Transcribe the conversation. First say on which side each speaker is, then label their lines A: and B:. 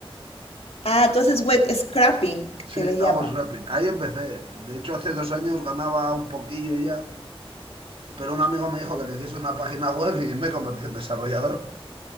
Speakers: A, on the left; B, on the right.
A: Ah, tú haces web scrapping,
B: Sí,
A: que le
B: hago
A: llaman.
B: scrapping. Ahí empecé. De hecho, hace dos años ganaba un poquillo ya, pero un amigo me dijo que le hiciese una página web y me convertí en desarrollador.